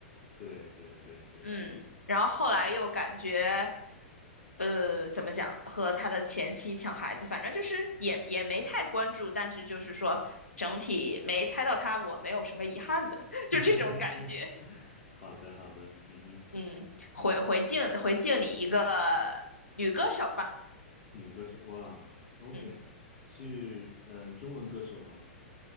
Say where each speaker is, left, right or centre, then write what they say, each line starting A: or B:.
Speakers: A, on the left; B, on the left.
A: 对对对对，
B: 嗯，然后后来又感觉，呃，怎么讲，和他的前妻抢孩子，反正就是也也没太关注，但是就是说整体没猜到他，我没有什么遗憾的，<laughs> 就这种感觉。
A: <laughs> 好的好的，嗯哼，
B: 嗯，回回敬回敬你一个女歌手吧。
A: 那女歌手哇，OK，
B: 嗯，
A: 是呃中文歌手吗？